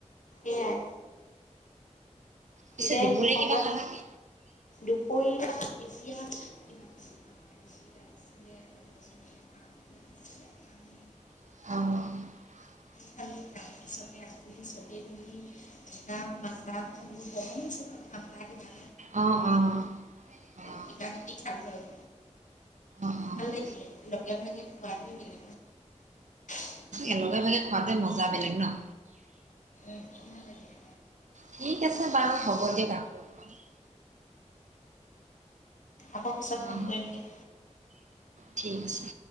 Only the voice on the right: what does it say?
পিছে
দুপৰীয়া
কিবা খালানে?
আহ'।
অ', অ'। অ'
অ' অ'।
একেলগে ভগে খোৱাট মজা বেলেগ ন'।
ঠিক আছে বাৰু হ'ব দিয়ক আৰু।
পাম
অ
ঠিক আছে।